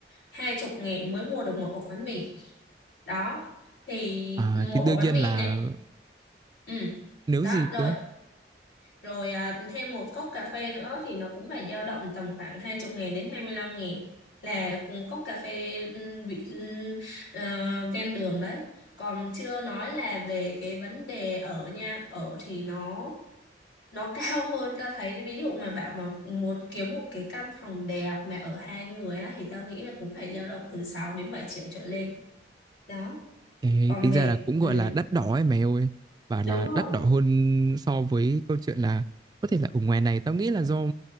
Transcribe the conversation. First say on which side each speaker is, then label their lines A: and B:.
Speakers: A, on the left; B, on the right.
A: hai chục ngàn mới mua được một ổ bánh mì đó thì
B: Ờ,
A: một
B: thì đương
A: ổ bánh
B: nhiên
A: mì
B: là
A: nè ừ
B: nếu
A: đó
B: gì
A: rồi
B: cơ
A: rồi à, thêm một cốc cà phê nữa thì nó cũng phải dao động tầm khoảng 20 nghìn đến 25 nghìn là cùng cốc cà phê ừ, bị ừ, ờ, ven đường đấy còn chưa nói là về cái vấn đề ở nha ở thì nó nó <laughs> cao hơn ta thấy ví dụ mà bảo mà muốn kiếm một cái căn phòng đẹp mà ở hai người á thì tao nghĩ là cũng phải dao động từ 6 đến 7 triệu trở lên đó
B: Ê,
A: còn
B: tính
A: về
B: ra là cũng
A: ừ,
B: gọi là đắt đỏ ấy mày ơi bảo
A: đúng
B: là
A: rồi
B: đắt đỏ hơn so với câu chuyện là có thể là ở ngoài này tao nghĩ là do